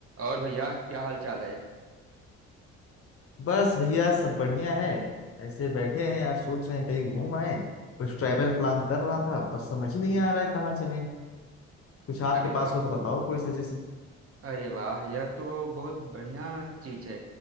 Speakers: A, on the right; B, on the left.
A: और भैया क्या हाल चाल है
B: बस भैया सब बढ़िया है ऐसे बैठे हैं यार सोच रहे हैं कहीं घूम आए कुछ ट्रैवल प्लान कर रहा था पर समझ ही नहीं आ रहा है कहाँ चलें कुछ आपके
A: अरे
B: पास
A: वाह
B: हो तो बताओ कोई सजेशन
A: अरे वाह यह तो बहुत बढ़िया चीज है